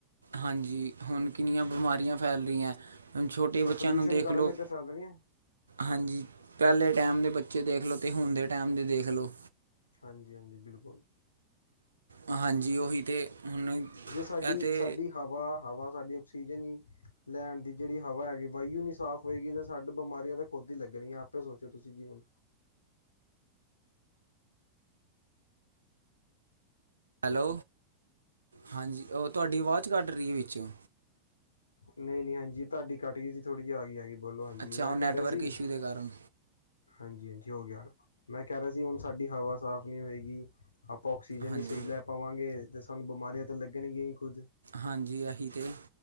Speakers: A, on the right; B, on the left.
A: ਹਾਂਜੀ। ਹੁਣ ਕਿੰਨੀਆਂ ਬਿਮਾਰੀਆਂ ਫੈਲ ਰਹੀਆਂ। ਛੋਟੇ ਬੱਚਿਆਂ
B: ਆ ਪੋਲਿਊਸ਼ਨ
A: ਨੂੰ ਦੇਖ
B: ਕਾਰਨ
A: ਲਓ।
B: ਇਹ ਤਾਂ ਫੈਲ ਰਹੀਆਂ
A: ਹਾਂਜੀ। ਪਹਿਲੇ ਟਾਈਮ ਦੇ ਬੱਚੇ ਦੇਖ ਲਓ ਅਤੇ ਹੁਣ ਦੇ ਟਾਈਮ ਦੇ ਦੇਖ ਲਓ।
B: ਹਾਂਜੀ ਹਾਂਜੀ। ਬਿਲਕੁਲ
A: ਹਾਂਜੀ। ਉਹੀ ਤੇ ਹੁਣ ਇਹ
B: ਜੇ ਸਾਡੀ-ਸਾਡੀ
A: ਤਾਂ
B: ਹਵਾ-ਹਵਾ ਸਾਡੀ ਆਕਸੀਜਨ ਹੀ ਲੈਣ ਦੀ ਜਿਹੜੀ ਹਵਾ ਹੈਗੀ। ਬਾਈ ਓ ਸਾਫ਼ ਨੀ ਹੋਏਗੀ, ਤੇ ਸਾਨੂੰ ਬਿਮਾਰੀਆਂ ਤਾਂ ਖੁਦ ਹੀ ਲੱਗਣਗੀਆਂ, ਆਪੇ ਸੋਚੋ ਤੁਸੀਂ ਕੀ ਬਣੂ।
A: ਹੈਲੋ। ਹਾਂਜੀ, ਉਹ ਤੁਹਾਡੀ ਵਾਜ ਕੱਟ ਰਹੀ ਹੈ ਵਿੱਚੋਂ।
B: ਨਹੀਂ- ਨਹੀਂ ਹਾਂਜੀ। ਤੁਹਾਡੀ ਕੱਟ ਗਈ ਸੀ। ਥੋੜ੍ਹੀ ਜੀ, ਆ ਗਈ, ਆ ਗਈ, ਬੋਲੋ। ਹਾਂਜੀ
A: ਅੱਛਾ
B: ਮੈਂ
A: ਉਹ
B: ਕਹਿ
A: ਨੈਟਵਰਕ
B: ਰਿਹਾ ਸੀ।
A: ਇਸ਼ੂ ਦੇ ਕਾਰਨ
B: ਹਾਂਜੀ, ਹਾਂਜੀ। ਹੋ ਗਿਆ ਮੈਂ ਕਹਿ ਰਿਹਾ ਸੀ ਹੁਣ ਸਾਡੀ ਹਵਾ ਸਾਫ਼ ਨਹੀਂ ਹੋਏਗੀ ਆਪਾਂ ਆਕਸੀਜਨ
A: ਹਾਂਜੀ
B: ਨੀ ਸਹੀ ਲੈ ਪਾਵਾਂਗੇ ਤੇ, ਸਾਨੂੰ ਬਿਮਾਰੀਆਂ ਤਾਂ ਲੱਗਣਗੀਆਂ ਹੀ ਖੁੱਦ।
A: ਹਾਂਜੀ। ਆਹੀ ਤੇ